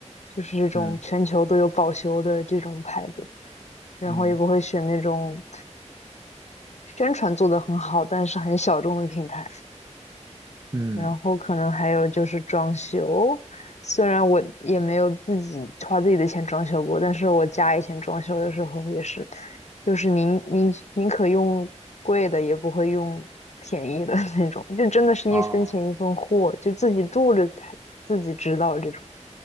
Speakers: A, on the left; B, on the right.
A: 就是这种全球都有保修的这种牌子，
B: 嗯
A: 然后也不会选那种
B: 嗯
A: 宣传做得很好，但是很小众的品牌。
B: 嗯，
A: 然后可能还有就是装修，虽然我也没有自己花自己的钱装修过，但是我家以前装修的时候也是，就是宁宁宁可用贵的，也不会用便宜的 <laughs> 那种，就真的是一分钱一分货，
B: 哦。
A: 就自己住着才自己知道这种。